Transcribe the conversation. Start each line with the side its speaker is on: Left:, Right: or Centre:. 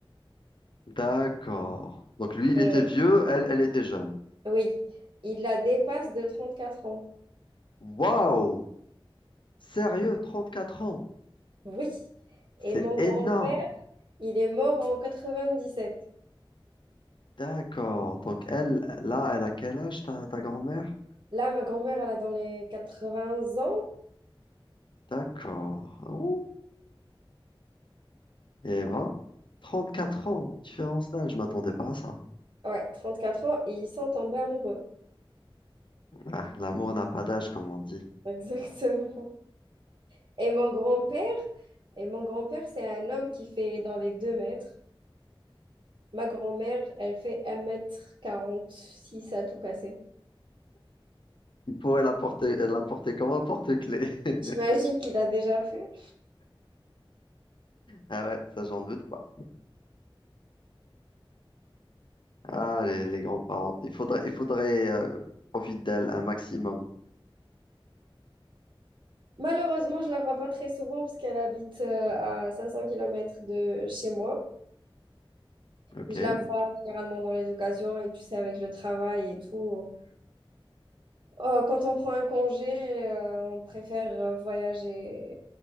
Left: D'accord. Donc lui, il
Right: Et
Left: était vieux, elle, elle était jeune.
Right: oui, il la dépasse de 34 ans.
Left: Waouh! Sérieux, trente quatre ans.
Right: Oui.
Left: C'est
Right: Et mon
Left: énorme.
Right: grand-père, il est mort en 97.
Left: D'accord. Donc elle, là, elle a quel âge, ta, ta grand-mère?
Right: Là, ma grand-mère, elle a dans les 80 ans.
Left: D'accord. Oh. Eh ben, 34 ans, différence d'âge, je m'attendais pas à ça.
Right: Ouais, 34 ans et ils sont tombés amoureux.
Left: Ah, l'amour n'a pas d'âge, comme on dit.
Right: <laughs> Exactement. Et mon grand-père, et mon grand-père, c'est un homme qui fait dans les 2 mètres. Ma grand-mère, elle fait un mètre quarante six à tout casser.
Left: Il pourrait la porter, euh, la porter comme un porte-clés. <laughs>
Right: J'imagine qu'il a déjà fait.
Left: Ah ouais, ça, j'en doute pas. Ah, les, les grands-parents. Il faudrait, il faudrait euh, profiter d'elle un maximum.
Right: Malheureusement, je la vois pas très souvent parce qu'elle habite euh, à 500 kilomètres de chez moi.
Left: OK,
Right: Je la vois généralement dans les occasions et tu sais, avec le travail et tout, Oh, quand on prend un congé, euh, on préfère euh, voyager